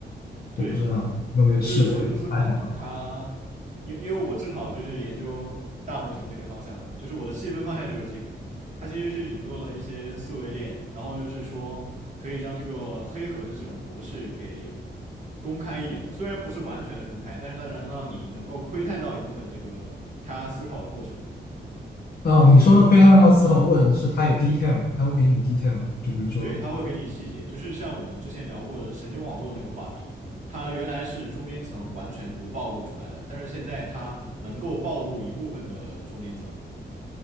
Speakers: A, on the right (about 40°); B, on the left (about 55°).
A: 对。
B: 我不知道你有没有试过，
A: 就是深度思考它，
B: 用它写报告。
A: 因因为我正好就是研究大模型这个方向的，就是我的细分方向就是这个。它其实是引入了一些思维链，然后就是说可以将这个黑盒的这种模式给公开一点嘛，虽然不是完全的公开，但是它能让你能够窥探到一部分这个他思考的过程。
B: 嗯，你说的窥探到思考的过程是它有 detail 吗？它会给你 detail，就比如说
A: 对，它会给你细节，就是像我们之前聊过的神经网络那个话题，它原来是中间层完全不暴露出来的，但是现在它能够暴露一部分的中间层。